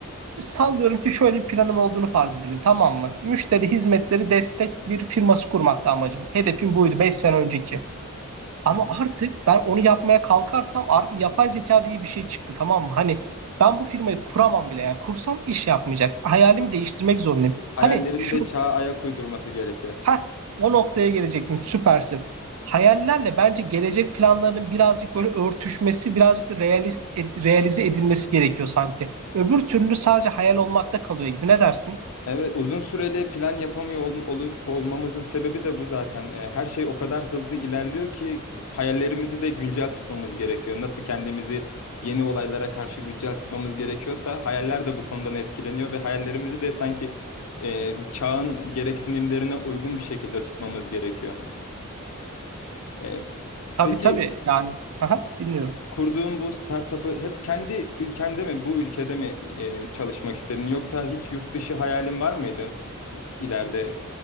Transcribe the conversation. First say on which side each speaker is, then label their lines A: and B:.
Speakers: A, on the right; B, on the left.
A: Sallıyorum ki şöyle bir planım olduğunu farz edelim tamam mı? Müşteri hizmetleri destek bir firması kurmakta amacım. Hedefim buydu 5 sene önceki. Ama
B: Hı hı.
A: artık ben onu yapmaya kalkarsam artık yapay zeka diye bir şey çıktı tamam mı? Hani ben bu firmayı kuramam bile yani kursam iş yapmayacak. Hayalimi değiştirmek zorundayım.
B: Hayallerin
A: Hani şu
B: de çağa ayak uydurması gerekiyor.
A: heh, o noktaya gelecektim süpersin. Hayallerle bence gelecek planlarının birazcık böyle örtüşmesi, birazcık da realist, ed- realize edilmesi gerekiyor sanki. Öbür türlü sadece hayal olmakta kalıyor gibi. Ne dersin?
B: Evet, uzun süreli plan yapamıyor ol- ol- olmamızın sebebi de bu zaten. Ee, her şey o kadar hızlı ilerliyor ki hayallerimizi de güncel tutmamız gerekiyor. Nasıl kendimizi yeni olaylara karşı güncel tutmamız gerekiyorsa hayaller de bu konudan etkileniyor ve hayallerimizi de sanki e, çağın gereksinimlerine uygun bir şekilde tutmamız gerekiyor. Ee,
A: Tabii
B: peki
A: tabii yani aha, dinliyorum.
B: kurduğun bu startup'ı hep kendi ülkende mi, bu ülkede mi e, çalışmak istedin yoksa hiç yurt dışı hayalin var mıydı İ- ileride?